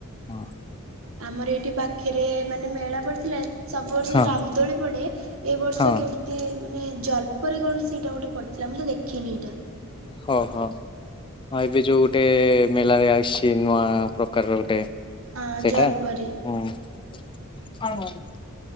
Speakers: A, on the left (about 25°); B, on the right (about 70°).
A: ହଁ।
B: ଆମର ଏଇଠି ପାଖରେ ମାନେ ମେଳା ପଡିଥିଲା ସବୁ ବର୍ଷ
A: ହଁ
B: ରାମଦୋଳି ପଡେ ଏ ବର୍ଷ
A: ହଁ
B: କେମିତି ମାନେ ଜଳ୍ପରୀ କଣ ସେଇଟା ଗୋଟେ ପଡ଼ିଥିଲା ମୁଁ ତ ଦେଖିନି ଏଇଟା।
A: ହଁ ହଁ। ହଁ ଏବେ ଯୋଉ ଗୋଟେ ମେଲାରେ ଆସିଛି ନୂଆ ପ୍ରକାରର ଗୋଟେ
B: ହଁ
A: ସେଇଟା
B: ଜଲପରି।
A: ହୁଁ।